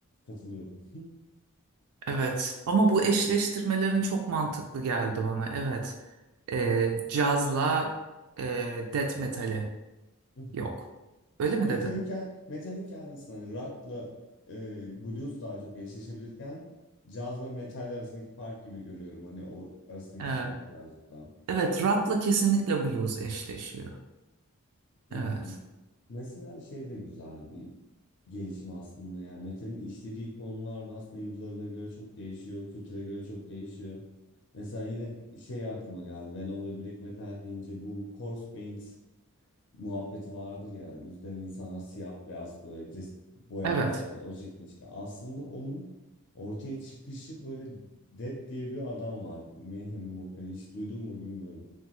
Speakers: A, on the left (about 55°); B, on the right (about 75°).
A: katılıyorum.
B: Evet. Ama bu eşleştirmelerin çok mantıklı geldi bana. Evet. E, cazla e, death metali
A: <laughs>
B: yok. Öyle mi
A: Metal'in,
B: dedin?
A: kend- metal'in kendisinde hani rock'la e, blues daha çok eşleşebilirken caz ve metal arasındaki fark gibi görüyorum. Hani o arasındaki
B: Evet.
A: fark birazcık daha.
B: Evet, rock'la kesinlikle blues eşleşiyor.
A: Yani
B: Evet.
A: mesela şey de güzel bir gelişim aslında. Yani metalin işlediği konular da aslında yıllarına göre çok değişiyor, kültüre göre çok değişiyor. Mesela yine şey aklıma geldi. Venom ve Black Metal deyince bu corpse paint muhabbeti vardır ya. Yüzden insanlar siyah beyaz böyle ces- boyarlar
B: Evet.
A: o şekilde çıkar. Aslında onun ortaya çıkışı böyle Dead diye bir adam var. Mayhem'in vokali hiç duydun mu bilmiyorum.